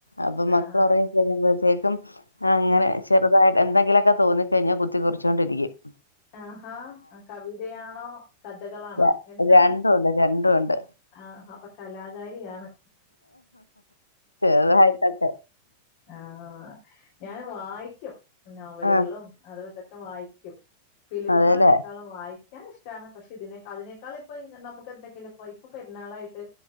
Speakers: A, on the left; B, on the left.
A: അപ്പൊ
B: ആ
A: മക്കളൊറങ്ങി
B: ആ
A: കഴിയുമ്പോ വേഗം അങ്ങനെ
B: ആ.
A: ചെറുതായി എന്തെങ്കിലൊക്കെ തോന്നിക്കഴിഞ്ഞാ കുത്തികുറി ച്ചോണ്ടിരിക്കും
B: ആഹാ കവിതയാണോ കഥകളാണോ
A: ര-
B: എന്താണ്
A: രണ്ടും ഉണ്ട് രണ്ടും ഉണ്ട്
B: ആഹ് അപ്പൊ കലാകാരിയാണ്
A: ചെറ്തായിട്ടൊക്കെ
B: ആഹ് ഞാൻ വായി ഇക്കും നോവലുകളും
A: ആഹ്
B: അതും ഇതും ഒക്കെ വായിക്കും ഫിലിമ്
A: അതെല്ലേ
B: കാണ്നേക്കാളും വായി തയ്ക്കാൻ ഇഷ്ടാണ് പക്ഷെ ഇതിനെ അതിനേക്കാള് ഇപ്പൊ നമുക്ക് എന്തെങ്കിലും പോയി ഇപ്പൊ പെരുന്നാളായിട്ട്